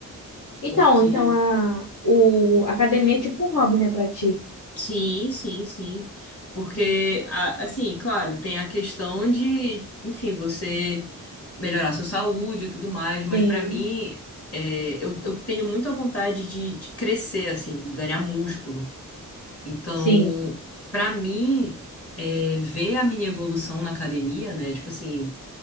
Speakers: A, on the left (about 65°); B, on the left (about 40°).
A: Então,
B: Porque.
A: então a, o, a academia é tipo um hobby, né, pra ti?
B: Sim, sim, sim. Porque, a- assim, claro, tem a questão de, enfim, você melhorar sua saúde e tudo mais, mas
A: Sim,
B: pra mim, é, eu, eu tenho muito a vontade de, de crescer, assim, ganhar músculo. Então,
A: sim.
B: para mim, é, ver a minha evolução na academia, né? Tipo assim,